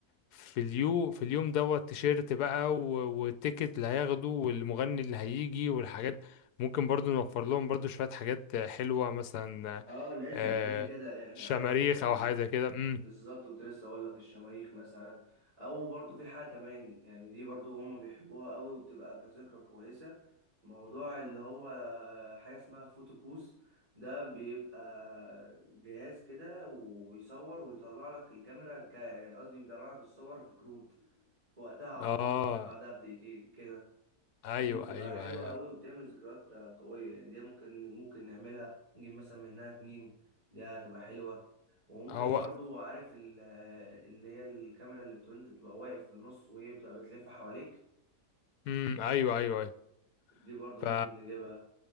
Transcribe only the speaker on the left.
في اليوم في اليوم دوت تيشيرت بقى و- والتيكت اللي هياخده والمغني اللي هيجي والحاجات ممكن برضو نوفر لهم برضو شوية حاجات حلوة مثلا
آه،
شماريخ
أو حاجة كده امم
اه
ايوه
ايوه
أيوة.
هو
امم ايوه ايوه ايوه
ف